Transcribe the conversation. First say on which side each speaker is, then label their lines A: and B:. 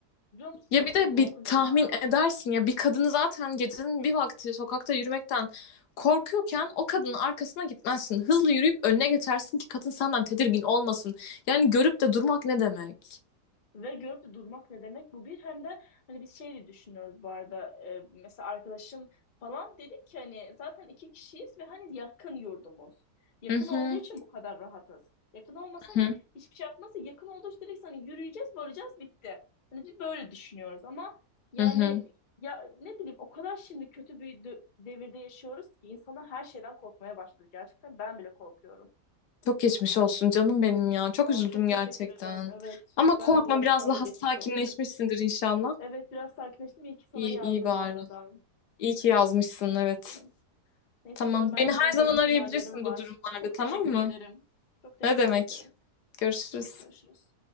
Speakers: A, on the left; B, on the left.
A: biliyor musun
B: Ya
A: çok
B: bir de
A: korkunç
B: bir tahmin
A: ya.
B: edersin ya bir kadını zaten gecenin bir vakti sokakta yürümekten korkuyorken o kadının arkasına gitmezsin. Hızlı yürüyüp önüne geçersin ki kadın senden tedirgin olmasın. Yani görüp de durmak ne demek?
A: Ve görüp de durmak ne demek bu bir hem de hani biz şey de düşünüyoruz bu arada e, mesela arkadaşım falan dedik ki hani zaten iki kişiyiz ve hani yakın yurdumuz. Yakın
B: Hı hı
A: olduğu için bu kadar rahatız. Yakın olmasa hani
B: hı
A: hiçbir şey yapmazsa yakın olduğu için direkt hani yürüyeceğiz varacağız bitti. Hani biz böyle düşünüyoruz ama yani
B: hı. hı.
A: ya ne bileyim o kadar şimdi kötü bir dö- devirde yaşıyoruz ki insanlar her şeyden korkmaya başladı. Gerçekten ben bile korkuyorum.
B: Çok geçmiş olsun canım benim ya. Çok
A: Aa,
B: üzüldüm
A: çok teşekkür
B: gerçekten.
A: ederim. Evet.
B: Ama korkma
A: Ben de bu arada
B: biraz
A: sana
B: daha
A: da geçmiş
B: sakinleşmişsindir
A: olsun.
B: inşallah.
A: Evet biraz sakinleştim. İyi ki sana
B: İyi
A: yazdım
B: iyi bari.
A: bu arada.
B: İyi ki yazmışsın
A: Tamam
B: evet.
A: canım. Neyse
B: Tamam.
A: canım ben
B: Beni
A: gideyim.
B: her
A: Yarın
B: zaman
A: finallerim
B: arayabilirsin
A: var.
B: bu durumlarda
A: Çok
B: tamam
A: teşekkür
B: mı?
A: ederim. Çok teşekkür
B: Ne demek?
A: ederim.
B: Görüşürüz.
A: Görüşürüz.